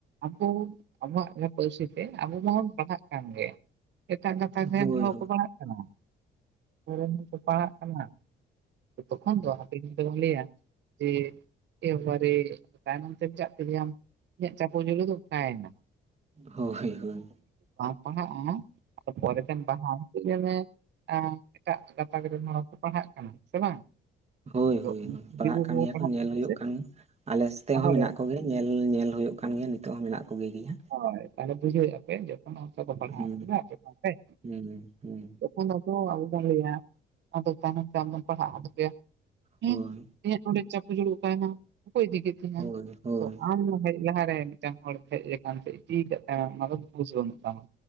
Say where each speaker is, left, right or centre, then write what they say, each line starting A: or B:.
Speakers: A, on the right (about 65°); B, on the right (about 35°).
A: ᱟᱵᱚ ᱟᱵᱚᱣᱟᱜ ᱡᱟᱦᱟᱸ ᱯᱟᱹᱨᱥᱤ ᱛᱮ ᱟᱵᱚ ᱢᱟᱵᱚᱱ ᱯᱟᱲᱦᱟᱜ ᱠᱟᱱ ᱜᱮ ᱮᱴᱟᱜ ᱜᱟᱛᱟᱠ ᱨᱮᱱ
B: ᱦᱳᱭ
A: ᱦᱚᱸᱠᱚ ᱯᱟᱲᱦᱟᱜ ᱠᱟᱱᱟ ᱨᱮᱱ ᱦᱚᱸᱠᱚ ᱯᱟᱲᱦᱟᱜ ᱠᱟᱱᱟ ᱛᱚᱠᱷᱚᱱ ᱫᱚ ᱦᱟᱯᱮᱱ ᱫᱤᱱ ᱞᱟᱹᱭᱟ ᱡᱮ ᱮᱵᱟᱨᱮ ᱛᱟᱭᱱᱚᱢ ᱪᱪᱟᱜ ᱠᱮᱫᱜᱮᱭᱟᱢ ᱤᱧᱟᱹᱜ ᱪᱟᱯᱚ ᱡᱩᱲᱩ ᱫᱚ ᱚᱠᱟᱭᱮᱱᱟ
B: ᱦᱳᱭ ᱦᱳᱭ
A: ᱟᱸᱦᱚ ᱟᱸᱦᱚ ᱟᱨ ᱯᱚᱨᱮ ᱛᱮᱢ ᱯᱟᱲᱦᱟᱜ -ᱟ ᱠᱤ ᱧᱮᱞ ᱢᱮ ᱟᱸ ᱮᱴᱟᱜ ᱜᱟᱛᱟᱠ ᱨᱮᱱ ᱦᱚᱲᱠᱚ ᱯᱟᱲᱦᱟᱜ ᱠᱟᱱᱟ ᱥᱮ ᱵᱟᱝ
B: ᱦᱳᱭ
A: ᱛᱚ
B: ᱦᱳ
A: ᱩᱱᱠᱩ
B: ᱯᱟᱲᱦᱟᱜ
A: ᱫᱤᱠᱩ
B: ᱠᱟᱱ
A: ᱠᱚᱠᱚ
B: ᱜᱮᱭᱟ
A: ᱯᱟᱲᱦᱟᱜ
B: ᱠᱚ ᱧᱮᱞ
A: ᱠᱟᱱᱟ
B: ᱦᱩᱭᱩᱜ
A: ᱥᱮ
B: ᱠᱟᱱ ᱜᱮᱭᱟ ᱟᱞᱮ ᱥᱛᱮᱜ
A: ᱛᱟᱦᱚᱞᱮ
B: ᱦᱚᱸ ᱢᱮᱱᱟᱜ ᱠᱚᱜᱮᱭᱟ ᱧᱮᱞ ᱧᱮᱞ ᱦᱩᱭᱩᱜ ᱠᱟᱱ ᱜᱮᱭᱟ ᱱᱤᱛᱚᱜ ᱦᱚᱸ ᱢᱮᱱᱟᱜ ᱠᱚᱜᱮ ᱜᱮᱭᱟ
A: ᱦᱳᱭ ᱛᱟᱦᱚᱞᱮ ᱵᱩᱡᱷᱟᱹᱣᱮᱫᱼᱟ ᱯᱮ ᱡᱚᱠᱷᱚᱱ ᱚᱥᱚ ᱵᱟᱯ ᱟᱮᱮ
B: ᱦᱩᱸ ᱦᱩᱸ ᱦᱩᱸ
A: ᱛᱚᱠᱷᱚᱱᱚ <unintelligible> ᱞᱭᱟ ᱟᱫᱚ ᱛᱟᱭᱚᱢ ᱛᱮ ᱫᱚᱢ ᱯᱟᱲᱦᱟᱜ ᱥᱮ ᱦᱮᱸ
B: ᱦᱳᱭ
A: ᱤᱧᱟᱹᱜ ᱱᱚᱸᱰᱮ ᱪᱟᱠᱚ ᱡᱩᱲᱩ ᱚᱠᱟᱭᱮᱱᱟ ᱚᱠᱚᱭ ᱤᱫᱤ ᱠᱮᱫ ᱛᱤᱧᱟ
B: ᱦᱳᱭ ᱦᱳᱭ
A: ᱛᱚ ᱟᱢ ᱦᱮᱡ ᱞᱟᱦᱟᱨᱮ ᱢᱤᱫᱴᱟᱝ ᱦᱚᱲ ᱦᱮᱡ ᱟᱠᱟᱱ ᱪᱤᱠᱟᱹ ᱛᱟᱭᱚᱢ ᱚᱱᱟ ᱫᱚ ᱵᱩᱡᱷᱟᱹᱣ ᱦᱩᱭᱩᱜ ᱛᱟᱢᱟ